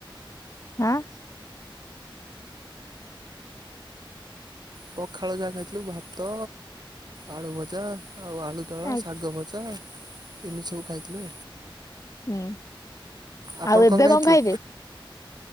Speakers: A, on the left; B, on the right.
A: ଆଁ?
B: ପଖାଳ ଯାହା ଖାଇଥିଲୁ ଭାତ ଆଳୁ ଭଜା। ଆଉ ଆଳୁ ଦଳା
A: ହୁଁ
B: ଶାଗ ଭଜା ଏମି ସବୁ ଖାଇଥିଲୁ।
A: ହୁଁ
B: ଆପଣ
A: ଆଉ ଏବେ
B: କଣ ଖାଇଥିଲେ?
A: କଁ ଖାଇବେ?